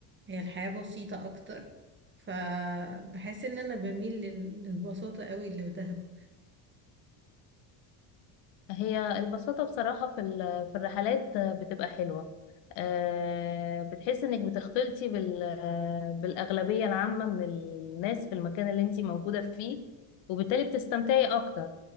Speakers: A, on the right; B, on the left.
A: هي الحياة بسيطة اكتر فبحس ان انا بميل لل- للبساطة قوي اللي في دهب
B: هي البساطة بصراحة في ال- في الرحلات بتبقى حلوة آه، بتحس انك بتختلطي بال- آه، بالأغلبية العامة من الناس في المكان اللي انتي موجودة فيه وبالتالي بتستمتعي أكتر